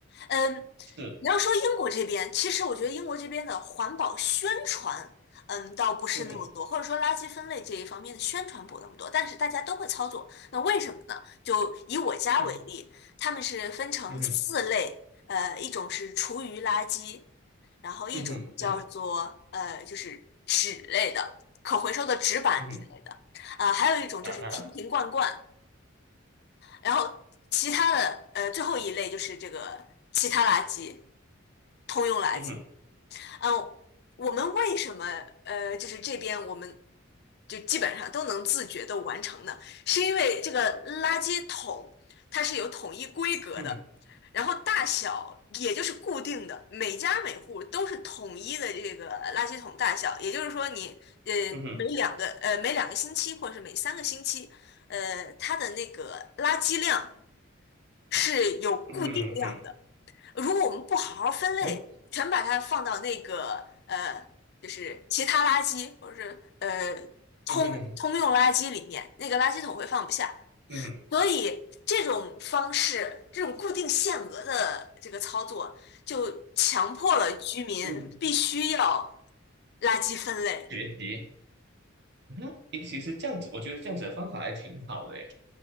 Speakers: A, on the left; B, on the right.
A: 嗯，
B: 是，
A: 你要说英国这边，其实我觉得英国这边的环保宣传，嗯，倒不是那么多，
B: 嗯哼，
A: 或者说垃圾分类这一方面的宣传不那么多，但是大家都会操作。那为什么呢？就以我家为例，
B: 嗯哼，
A: 他们是分成四类，
B: 嗯哼，
A: 呃，一种是厨余垃圾，然后一种叫做呃就是纸类的，
B: 嗯哼，对，
A: 可回收的纸板之类的，
B: 嗯哼，
A: 啊、还有一种就是瓶瓶罐罐，
B: 啊哈，
A: 然后其他的呃最后一类就是这个其他垃圾，通用垃圾。
B: 嗯哼，
A: 嗯，我们为什么呃就是这边我们就基本上都能自觉的完成呢？是因为这个垃圾桶它是有统一规格的。
B: 嗯哼，
A: 然后大小也就是固定的，每家每户都是统一的这个垃圾桶大小，也就是说你呃每两个呃每两个星期或者是每三个星期，
B: 嗯哼，
A: 呃它的那个垃圾量是有固定量的。
B: 嗯哼，
A: 如果我们不好好分类，
B: 嗯哼，
A: 全把它放到那个呃，就是其他垃圾或者是呃通通用垃圾里面，
B: 嗯哼，嗯哼，
A: 那个垃圾桶会放不下。
B: 嗯哼，
A: 所以这种方式，这种固定限额的这个操作，就强迫了居民必须要
B: 嗯哼，
A: 垃圾分类。
B: 学习。嗯，诶其实这样子，我觉得这样子的方法还挺好的耶，